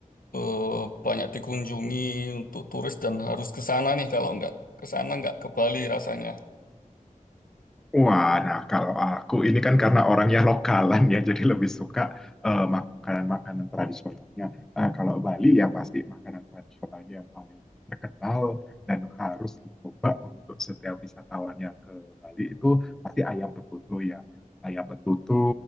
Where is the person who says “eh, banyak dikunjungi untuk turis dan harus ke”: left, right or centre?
Left